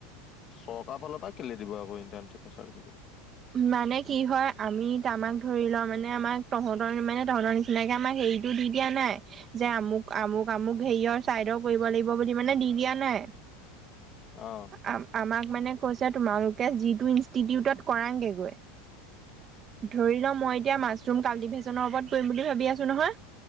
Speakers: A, on the left (about 35°); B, on the right (about 30°).
A: চৰকাৰৰ ফালৰ পৰা কেলে দিব আকৌ ইনণ্টেটচিপৰ চাৰ্টিফিকেট।
B: মানে কি হয় আমি আমাক ধৰি লওঁ মানে আমাক তহঁতৰ মানে তহঁতৰ নিচিনাকে আমাক হেৰিতটো দি দিয়া নাই যে আমুক-আমুক-আমুক হেৰিয়ৰ চাইডৰ কৰিব লাগিব বুলি মানে দি দিয়া নাই।
A: অ
B: আ আমাক মানে কৈছে তোমালোকে যিটো ইনষ্টিটিউটত কৰাংগেগৈ ধৰিলম মই এতিয়া মাছৰুম কাল্টিভেশচনৰ ওপৰত কৰিম বুলি ভাবি আছো নহয়।